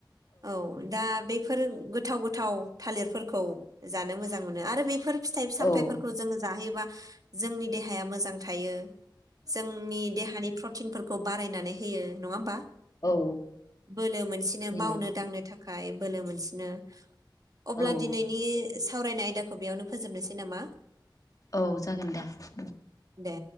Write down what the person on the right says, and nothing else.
औ दा बेफ फोर गोथाव गोथाव थालिरफोरखौ जानो मोजां मोनो आरो बेफोर फिथाइ सामथायाइफोरखौ
जोङो जाहैयोबा जोंनि देहाया मोजां थायो। जोंनि देहानि प्रटिनफोरखौ बारायनानै होयो नङा ओमबा?
बोलो मोनसेनो
मावनो दांनो थाख खाय बोलो मोनसिनो। अब्ला
दिनैनि सावरायनाय आयदाख खौ बेयावनो फोजोबनोसै नामा
दे?